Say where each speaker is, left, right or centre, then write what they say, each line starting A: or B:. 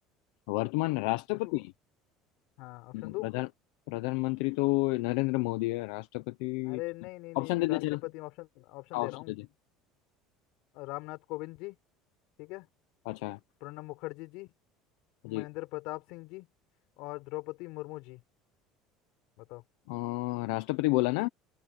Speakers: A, on the left; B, on the left.
A: वर्तमान राष्ट्रपति
B: पूछू हाँ ऑप्शन
A: प्रधान
B: दूं
A: प्रधानमंत्री तो नरेंद्र मोदी है राष्ट्रपति
B: अरे नहीं नहीं नहीं
A: ऑप्शन
B: नहीं
A: दे
B: राष्ट्रपति
A: दे चल हाँ,
B: ऑप्शन ऑप्शन दे
A: ऑप्शन
B: रहा हूँ
A: दे दे
B: रामनाथ कोविंद जी ठीक है
A: अच्छा
B: प्रणब मुखर्जी जी
A: जी
B: महेंद्र प्रताप सिंह जी और द्रौपदी मुर्मू जी बताओ
A: अ, राष्ट्रपति बोला ना